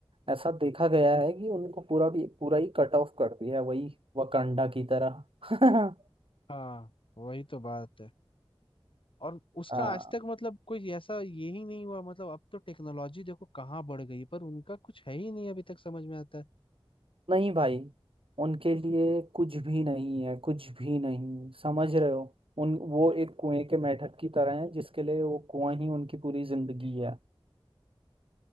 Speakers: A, on the right (about 65°); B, on the left (about 60°).
A: ऐसा देखा गया है कि उनको पूरा भी पूरा ही कट ऑफ कर दिया है वही वकांडा की तरह <laughs>
B: हाँ वही तो बात है और उसका
A: हाँ
B: आज तक मतलब कोई ऐसा यही नहीं हुआ मतलब अब तो टेक्नोलॉजी देखो कहाँ बढ़ गई है, पर उनका कुछ है ही नहीं अभी तक समझ में आता है
A: नहीं भाई उनके लिए कुछ भी नहीं है कुछ भी नहीं समझ रहे हो उन वो एक कुएं के मेंढक की तरह है जिसके लिए वो कुआं ही उनकी पूरी जिंदगी है